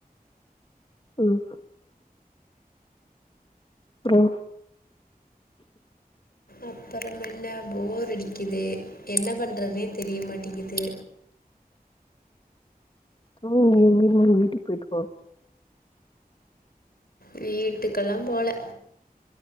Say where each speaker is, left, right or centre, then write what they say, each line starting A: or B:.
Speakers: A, on the left; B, on the left.
A: ம் அப்றோ
B: அப்றோ என்ன போர் அடிக்குது என்ன பண்ணுறதுனே தெரிய மாட்டேங்கிது
A: அம்மு நீ வேணுனா உங்க வீட்டுக்கு போயிட்டு வா
B: வீட்டுக்கெல்லா போலே